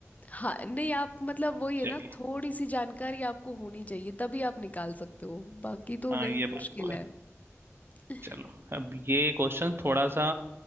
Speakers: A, on the left (about 30°); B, on the right (about 50°).
A: हाँ नहीं आप मतलब वही है
B: चलिए
A: ना थोड़ी सी जानकारी आपको होनी चाहिए तभी आप निकाल सकते हो बाकी तो
B: हाँ
A: नहीं
B: ये
A: मुश्किल
B: बात तो है
A: है <laughs>
B: चलो अब ये क्वेश्चन थोड़ा सा